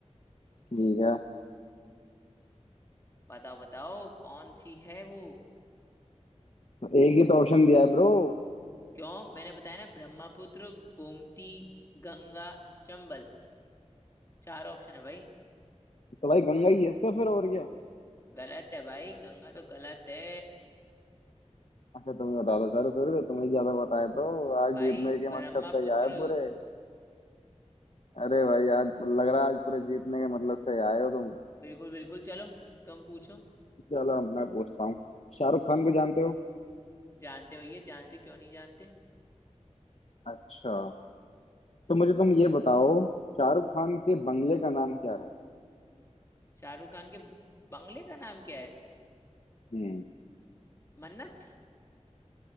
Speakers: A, on the left; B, on the left.
A: ठीक है
B: बताओ बताओ कौन सी है वो
A: तो एक ही तो ऑप्शन दिया है ब्रो
B: क्यों मैंने बताया ना ब्रह्मपुत्र गोमती गंगा चंबल चार ऑप्शन है भाई
A: तो भाई गंगा ही है इसका फिर और क्या
B: गलत है भाई गंगा तो गलत है
A: अच्छा तुम ही बता दो सर फिर तुम्हें ज्यादा बताए तो आज
B: भाई
A: जीतने के
B: ब्रह्मपुत्र
A: मकसद से ही आए पूरे अरे भाई आज लग रहा है आज पूरे जीतने के मतलब से ही आए हो तुम
B: बिल्कुल बिल्कुल चलो तुम पूछो
A: चलो मैं पूछता हूँ शाहरुख खान को जानते हो
B: जानते भैया जानते क्यों नहीं जानते
A: अच्छा तो मुझे तुम ये बताओ शाहरुख खान के बंगले का नाम क्या है
B: शाहरुख खान के बंगले का नाम क्या है
A: हम्म
B: मन्नत